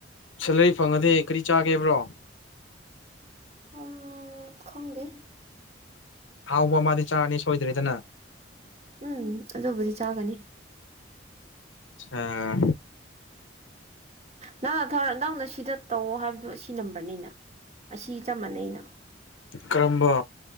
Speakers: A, on the left; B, on the right.
A: ꯁꯦꯂꯔꯤ ꯐꯪꯉꯗꯤ ꯀꯔꯤ ꯆꯥꯒꯦꯕ꯭ꯔꯣ
B: ꯎꯝ ꯈꯪꯗꯦ
A: ꯍꯥꯎꯕ ꯑꯃꯥꯗꯤ ꯆꯥꯔꯅꯤ ꯁꯣꯏꯗ꯭ꯔꯦꯗꯅ
B: ꯎꯝ ꯑꯗꯨꯕꯨꯗꯤ ꯆꯥꯒꯅꯤ
A: ꯑꯥ
B: ꯅꯪꯅ ꯊꯥꯔ ꯅꯪꯅ ꯁꯤꯗ ꯇꯧꯑꯣ ꯍꯥꯏꯕꯗꯣ ꯑꯁꯤ ꯅꯝꯕꯔꯅꯤꯅ ꯑꯁꯤ ꯆꯞ ꯃꯥꯟꯅꯩꯩꯅ
A: ꯀꯔꯝꯕ